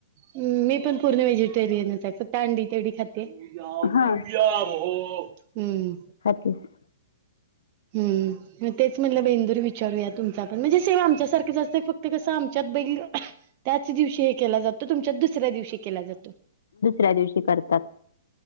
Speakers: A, on the right; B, on the left.
A: मी पण पुर्ण व्हेजिटेरियनच आहे. फक्त अंडी तेव्हडी खाते. यामू...
B: हा
A: या... हो... हम्म...
B: <unintelligible>
A: हम्म... म ते च... म्हणल बेंदुर विचारूया तुमचा पण. म्हणजे सेम आमच्यासारखंच असतय फक्त कसं आमच्यात बैल.... त्याच दिवशी हे केला जातो. तुमच्यात दुसऱ्या दिवशी केला जातो.
B: त्या दिवशी करतात.